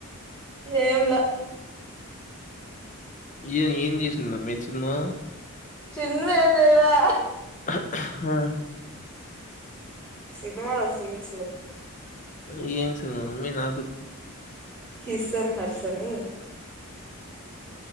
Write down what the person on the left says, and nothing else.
ఏ ఏంది చేసింద అమ్మే చిన్ను
ఆహా ఆహా
ఏన్ ఏం సినిమాలు అమ్మే నా